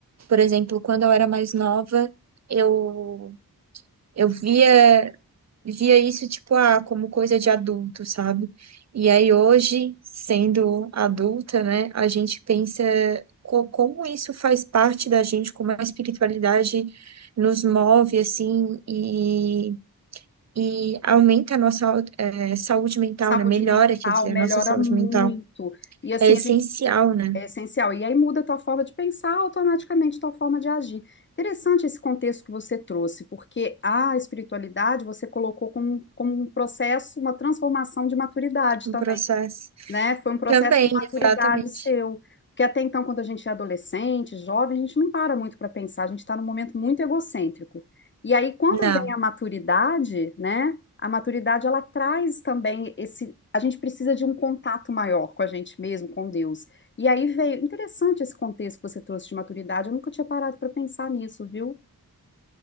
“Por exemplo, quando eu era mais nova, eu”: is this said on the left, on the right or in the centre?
Right